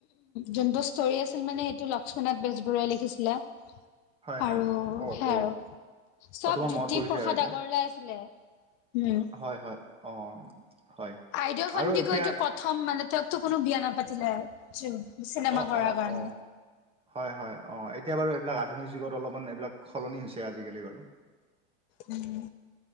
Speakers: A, on the left (about 60°); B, on the right (about 15°).
A: যোনটো ষ্টৰী আছিল মানে সেইটো লক্ষ্মীনাথ বেজবৰুৱাই লিখিছিলে।
B: হয়
A: আৰু
B: হয় অ
A: সেয়া
B: অ
A: আৰু। চব
B: অ তোমাৰ
A: জ্যোতিপ্ৰসাদ
B: মনত পৰিছে আৰু এতিয়া
A: আ গৰৱালাই আছিলে। উম।
B: হয়, হয়। অ, হয়।
A: আইদেউ সন্দিকৈটো
B: আৰু এতিয়া
A: প্ৰথম মানে তেওঁকটো কোনো বিয়া নাপাতিলে। <unintelligible>
B: অ, অ,
A: কাৰণে
B: অ। হয়, হয়, অ। এতিয়া বাৰু এইবিলাক আধুনিক যুগত অলপমান এইবিলাক সলনি হৈছে আজি-কালি বাৰু।
A: উম।